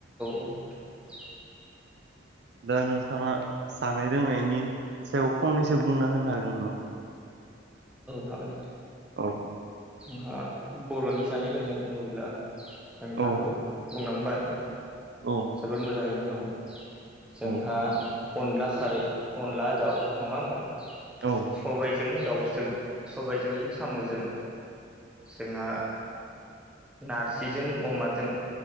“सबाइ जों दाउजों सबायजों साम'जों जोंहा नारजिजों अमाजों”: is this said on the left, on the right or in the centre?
Centre